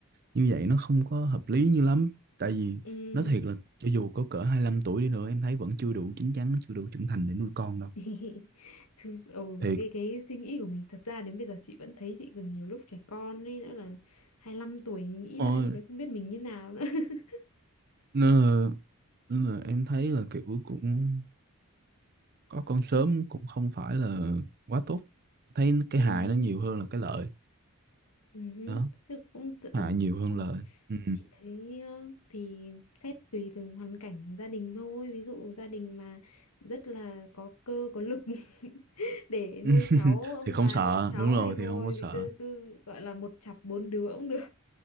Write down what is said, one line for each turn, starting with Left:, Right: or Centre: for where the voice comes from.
Right: như vậy nó không có hợp lý như lắm tại vì
Left: ừ
Right: nói thiệt là cho dù có cỡ hai lăm tuổi đi nữa em thấy vẫn chưa đủ chín chắn chưa đủ trưởng thành để nuôi con đâu
Left: <laughs> Chứ, ừ,
Right: thiệt
Left: cái cái suy nghĩ của mình thật ra đến bây giờ chị vẫn thấy chị còn nhiều lúc trẻ con ấy nữa là 25 tuổi nghĩ
Right: Ôi,
Left: lại lúc đấy không biết mình như nào nữa <laughs>
Right: nên là, nên là em thấy là kiểu cũng có con sớm cũng không phải là quá tốt thấy cái
Left: ừ
Right: hại
Left: hứ,
Right: nó nhiều hơn là cái lợi
Left: ừ hứ.
Right: đó
Left: chứ cũng tự- ừ,
Right: hại nhiều
Left: thì
Right: hơn lợi ừ.
Left: chị thấy ờ, thì xét tùy từng hoàn cảnh gia đình thôi ví dụ gia đình mà rất là có cơ có lực <laughs> để
Right: <laughs>
Left: nuôi cháu ông
Right: thì không
Left: bà
Right: sợ
Left: nuôi cháu
Right: đúng rồi
Left: thì thôi
Right: thì không có sợ
Left: thì cứ cứ gọi là một chặp bốn đứa cũng được